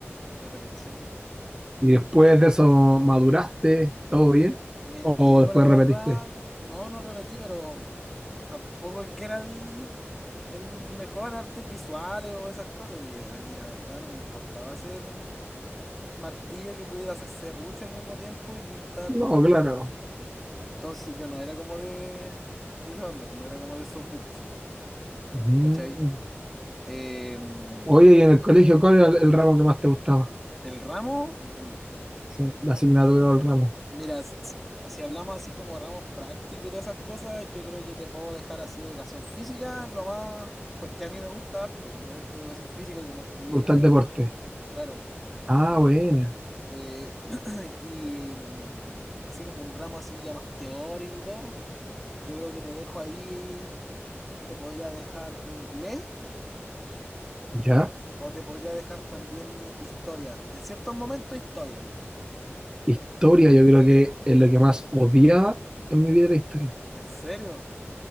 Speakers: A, in the centre; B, on the right.
A: que repetí séptimo.
B: ¿Y después de eso maduraste? ¿Todo bien?
A: Mira,
B: ¿O
A: te digo
B: después
A: la verdad,
B: repetiste?
A: no, no repetí, pero tampoco es que era el, el mejor en artes visuales o esas cosas. y a mí la verdad no me importaba hacer un martillo que pudiera hacer serrucho al mismo tiempo y pintar
B: No, claro.
A: Entonces yo no era como de, de esa onda, no era como de esos gustos,
B: Mm.
A: ¿cachai? Em,
B: Oye, ¿y en el colegio cuál era el, el ramo que más te gustaba?
A: el ramo, mm,
B: Sí, la asignatura o el ramo.
A: mira, si, si hablamos así como ramos prácticos y todas esas cosas, yo creo que te puedo dejar así educación física, lo más, porque a mí me gusta harto, pues, me gusta educación física, como estudié
B: ¿Te gusta
A: pedagogía,
B: el deporte?
A: claro.
B: Ah, buena.
A: Eh, <clears throat> y mm, así como un ramo así ya más teórico y todo, yo creo que te dejo ahí, te podría dejar inglés
B: Ya.
A: O te podría dejar también historia. En ciertos momentos historia.
B: Historia,
A: Porque,
B: yo creo que es lo que más odiaba en mi vida era historia.
A: ¿en serio?